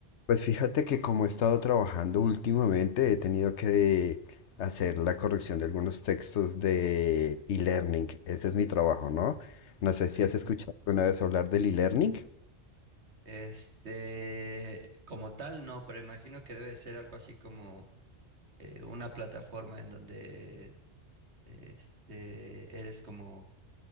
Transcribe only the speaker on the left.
Pues fíjate que como he estado trabajando últimamente, he tenido que hacer la corrección de algunos textos de e-learning. Ese es mi trabajo, ¿no? No sé
si has escuchado alguna vez hablar del e-learning.